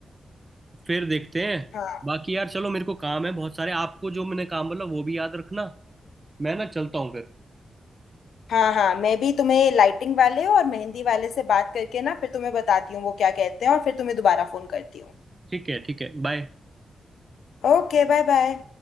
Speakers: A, on the right (about 30°); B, on the left (about 85°).
A: फिर देखते हैं
B: हाँ
A: बाकी यार चलो मेरे को काम है बहुत सारे आपको जो मैंने काम बोला वो भी याद रखना मैं ना चलता हूँ फिर
B: हाँ हाँ मैं भी तुम्हें लाइटिंग वाले और मेहंदी वाले से बात करके ना फिर तुम्हें बताती हूँ वो क्या कहते हैं और फिर तुम्हें दोबारा फोन करती हूँ
A: ठीक है ठीक है बाय
B: Okay bye bye